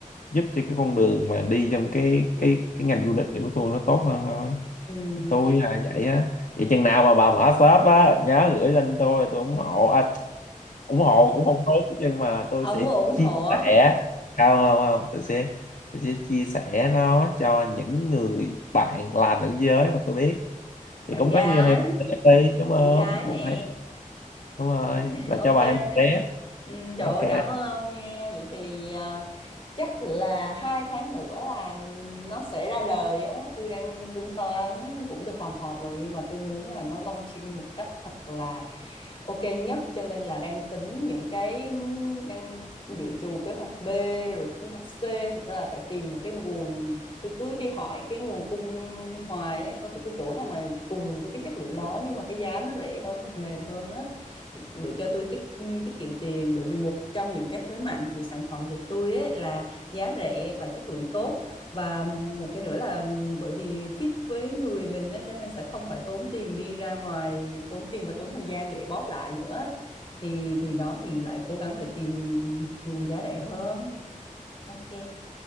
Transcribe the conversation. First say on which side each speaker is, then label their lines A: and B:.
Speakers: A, on the left; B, on the left.
A: giúp cho cái con đường mà đi trong cái cái cái ngành du lịch này của tôi nó tốt hơn thôi
B: ừ
A: Thì tôi là vậy á vậy chừng nào mà bà mở shop á nhớ gửi lên tôi tôi ủng hộ à, ủng hộ cũng không tốt nhưng mà tôi
B: ông
A: sẽ
B: ủng
A: chia
B: hộ
A: sẻ không không không tôi sẽ tôi sẽ chia sẻ nó cho những người bạn là nữ giới mà tôi biết
B: bạn
A: thì cũng
B: gái
A: có như thêm một rep đi đúng không
B: chị gái nè
A: một rep đúng rồi
B: <laughs>
A: là cho
B: ok
A: bà thêm một rep
B: ừ,
A: ok
B: trời ơi cảm ơn ông nha vậy thì à, chắc là hai tháng nữa là nó sẽ ra đời á tôi đang tính toán cũng được hòm hòm rồi nhưng mà tôi muốn là nó launching một cách thật là ok nhất cho nên là đang tính những cái đang dự trù kế hoạch B rồi kế hoạch C thực ra là phải tìm một cái nguồn tôi cứ đi hỏi cái nguồn cung hoài á, coi thử cái chỗ nào mà cùng với cái chất lượng đó nhưng mà cái giá nó rẻ hơn mềm hơn á để cho tôi tiết tiết kiệm tiền bởi vì một trong những cái thế mạnh của sản phẩm của tôi ấy là giá rẻ và chất lượng tốt và một cái nữa là bởi vì fit với người mình á, cho nên sẽ không phải tốn tiền đi ra ngoài tốn tiền và tốn thời gian để bóp lại nữa thì thì đó thì lại cố gắng để tìm nguồn giá rẻ hơn ok